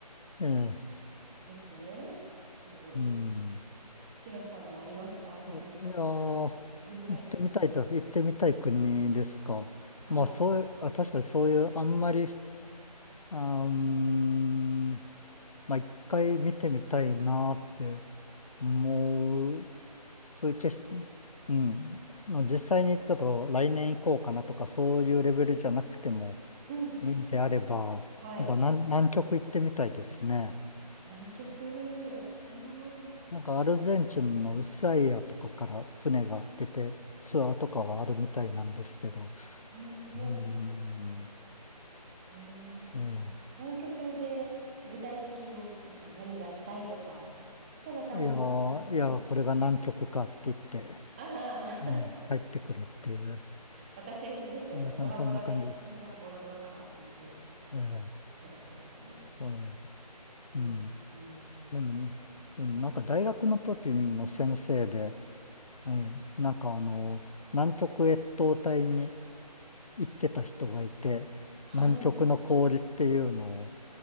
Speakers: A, on the left; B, on the right.
A: ええ、
B: <laughs> ですね。うん
A: うん。
B: ヒロさんはありますかそんな、
A: いやー行
B: 行ってみたい国とか。
A: ってみたいと、行ってみたい国ですか。
B: はい。
A: まあそういう、あ、確かにそういう、あんまり、あー、うーん、まあ一回見てみたいなって思う、そういう決し、うん、の実際にちょっと来年行こうかなとか、そういうレベルじゃなくても
B: うん。
A: いいんであれば、
B: はい。
A: やっぱ南、南極行ってみたいですね。
B: 南極。おー。
A: なんかアルゼンチンのウスアイアとかから船が出てツアーとかはあるみたいなんですけど、
B: おーおーお
A: うーん
B: ー。えー、
A: ね
B: 南極で具体的になんか何がしたいとか、ただ単に
A: えいやー、いやー、
B: 景色とか、
A: これが南極かって言って、
B: ああ、
A: うん、帰ってくるっていう、
B: <laughs> 私と一緒ですね。
A: そんな感じ、
B: あの、ボラボラで、
A: そんな感じです。
B: あ、これがボラボラかって言って
A: ええ、
B: 帰ってくるっていう。
A: そういう、
B: うん。
A: うん。
B: うん。
A: でも、うん、なんか大学の時の先生で、ええ、なんかあの、南極越冬隊に行ってた人がいて、
B: はい。
A: 南極の氷っていうのを